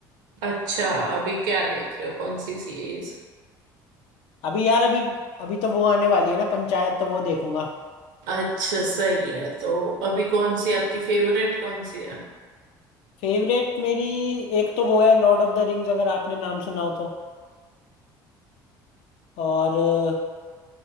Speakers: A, on the right (about 80°); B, on the left (about 70°).
A: अच्छा अभी क्या देख रहे हो कौन सी सीरीज
B: अभी यार अभी अभी तो वो आने वाली है ना पंचायत तो वो देखूंगा
A: अच्छा सही है तो अभी कौन सी आपकी फेवरेट कौन सी है
B: फेवरेट मेरी एक तो वो है लॉर्ड ऑफ द रिंग्स अगर आपने नाम सुना हो तो और